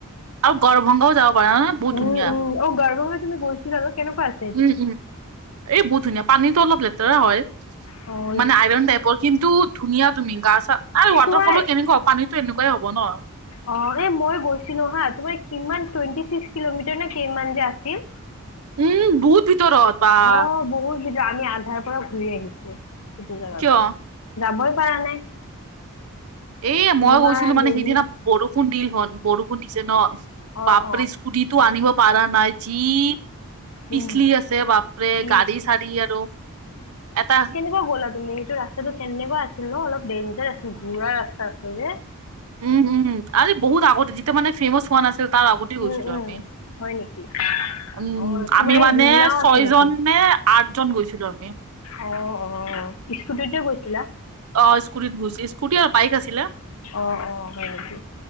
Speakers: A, on the right (about 70°); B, on the left (about 70°).
A: আৰু গৰভংগও যাব পাৰে নহয় বহুত
B: উম,
A: ধুনীয়া।
B: উম, অ গাৰগৱে তুমি গৈছিলা আৰু কেনেকুৱা আছিল <inaudible>
A: উম উম, এই বহুত ধুনীয়া পানীতো অলপ লেতেৰা হয়।
B: অঁ।
A: মানে আইৰণ টাইপৰ কিন্তু ধুনীয়া তুমি গা- চা আৰু ৱাটাৰফলো
B: তোমাৰ
A: কেনেকুৱা পানীতো এনেকুৱাই হ'ব ন।
B: অ' এই মই গৈছিলো হা তোমাৰ কিমান টুৱেণ্টি ছিক্স কিলোমিটাৰ নে কিমান যে আছিল।
A: উম বহুত ভিতৰত ৱাহ।
B: অ', বহুত ভিতৰ আমি আধাৰ পৰা ঘূৰি আহিছো, সেইটো জাগাৰ
A: কিয়
B: পৰা যাবই পাৰা নাই।
A: এ মই
B: ইমান
A: গৈছিলো মানে
B: দেৰি
A: সেইদিনা বৰষুণ দিল হন বৰষুণ দিছে ন
B: অ',
A: বাপৰে
B: অ',
A: ইস্কুটি তো আনিব পাৰা নাই যি পিছলি
B: উম,
A: আছে বাপৰে
B: ইচ।
A: গাড়ী চাৰি আৰু এটা
B: কেনকুৱা গ'লা তুমি? এইটো ৰাস্তাটো কেনেকুৱা আছিল ন অলপ ডেঞ্জাৰ আছিল ঘোৰা ৰাস্তা আছিল যে।
A: উম উম আৰে বহুত আগতে যেতিয়া মানে ফেমাচছ হোৱা নাছিল তাৰ আগতেই গৈছিলো
B: উম উম
A: আমি।
B: হয় নেকি
A: উম
B: অ তোমাৰ
A: আমি
B: এই
A: মানে
B: ঝুলনাও
A: ছয়
B: আছে নেকি
A: জন নে আঠজন গৈছিলো আমি।
B: অ' অ' স্কুটিতে গৈছিলা?
A: অঁ স্কুটিত গৈছো ইস্কুটি আৰু বাইক আছিলে।
B: অ অ হয় নেকি